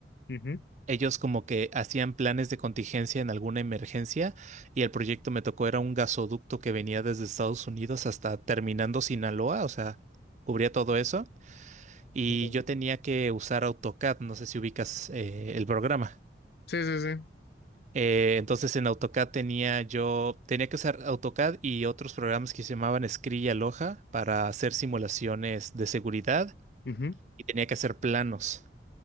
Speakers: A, on the left (about 60°); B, on the right (about 40°).
A: ujú,
B: ellos como que hacían planes de contingencia en alguna emergencia y el proyecto me tocó era un gasoducto que venía desde Estados Unidos hasta terminando Sinaloa, o sea, cubría todo eso y
A: ujú.
B: yo tenía que usar AutoCAD, no sé si ubicas eh, el programa.
A: Sí, sí, sí.
B: Eh, entonces en AutoCAD tenía yo, tenía que usar AutoCAD y otros programas que se llamaban Scri y Aloha para hacer simulaciones de seguridad
A: Ujú,
B: y tenía que hacer planos.